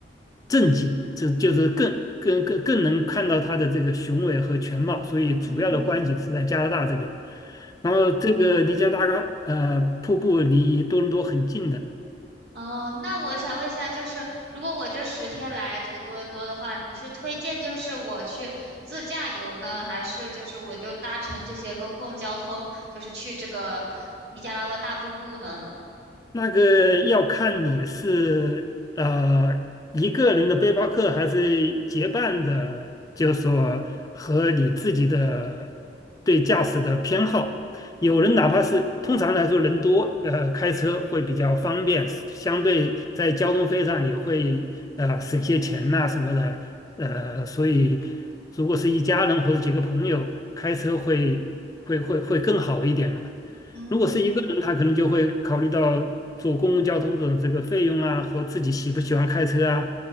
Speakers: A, on the left; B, on the right.
A: 正经，这就是更更更更能看到它的这个雄伟和全貌，所以主要的观景是在加拿大这边。
B: 嗯，
A: 然后这个离加拿大呃瀑布离多伦多很近的。
B: 哦，那我想问一下，就是如果我这十天来这个多伦多的话，你是推荐就是我去自驾游呢，还是就是我就搭乘这些公共交通，就是去这个尼加拉瓜大瀑布呢？
A: 那个要看你是呃一个人的背包客，还是结伴的，就是说和你自己的对驾驶的偏好。有人哪怕是通常来说人多，呃，开车会比较方便，相对在交通费上也会呃省些钱呐、什么的，呃，所以如果是一家人或者几个朋友开车会会会会更好一点呢
B: 嗯，
A: 如果是一个人，他可能就会考虑到坐公共交通的这个费用啊，和自己喜不喜欢开车啊。